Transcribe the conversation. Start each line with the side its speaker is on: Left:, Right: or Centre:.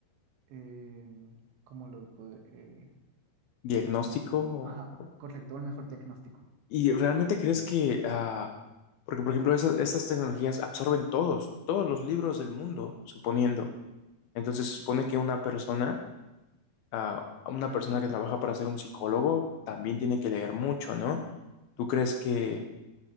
Right: eh, ¿cómo lo puedo? eh,
Left: diagnóstico? o-
Right: ajá, correcto, un mejor diagnóstico.
Left: ¿Y realmente crees que, ah, porque por ejemplo, esas, estas tecnologías absorben todos, todos los libros del mundo, suponiendo. Entonces se supone que una persona, ah, una persona que trabaja para ser un psicólogo, también tiene que leer mucho, ¿no? ¿Tú crees que